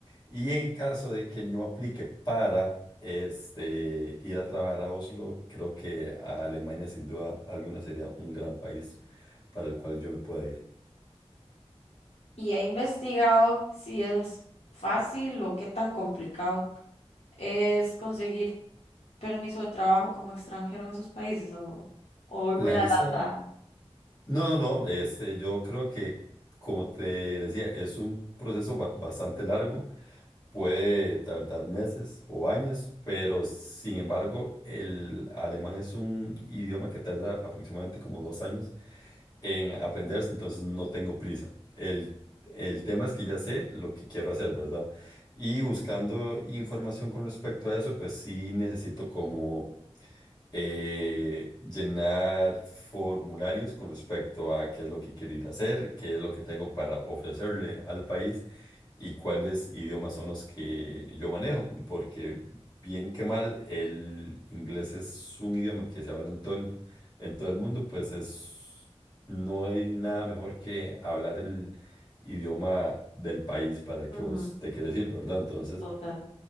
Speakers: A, on the left; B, on the left.
A: Y en caso de que no aplique para este, ir a trabajar a Oslo, creo que a Alemania sin duda alguna sería un gran país para el cual yo me pueda ir.
B: Y he investigado si es fácil o qué tan complicado es conseguir permiso de trabajo como extranjero en esos países o, o voy
A: La
B: muy adelantada.
A: visa, no, no, no, este, yo creo que, como te decía, es un proceso ba- bastante largo. Puede tardar meses o años, pero sin embargo, el alemán es un idioma que tarda aproximadamente como dos años en aprenderse, entonces no tengo prisa. El, el tema es que ya sé lo que quiero hacer, ¿verdad? Y buscando información con respecto a eso, pues sí necesito como eh, llenar formularios con respecto a qué es lo que quiero ir a hacer, qué es lo que tengo para ofrecerle al país y cuáles idiomas son los que yo manejo, porque bien que mal, el inglés es un idioma que se habla en todo el, en todo el mundo, pues es, no hay nada mejor que hablar el idioma del país para el que
B: Ujú,
A: vos te quieres ir, ¿verdad? Entonces...
B: Total.